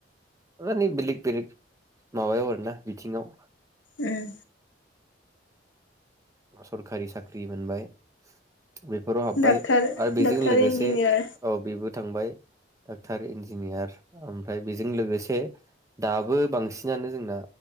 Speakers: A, on the right; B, on the left.
A: मानि बेलेग बेलेग माबायाव आरोना बिथिङाव ।
B: उम
A: सरखारि साख्रि मोनबाय बेफोराव हाबबाय
B: डाक्टार
A: आरो बेजों
B: डाक्टार
A: लोगोसे
B: इन्जिनियार
A: औ बेबो थांबाय। डाक्टार इन्जिनियार ओमफ्राय बेजों लोगोसे दाबो बांसिनानो जोंना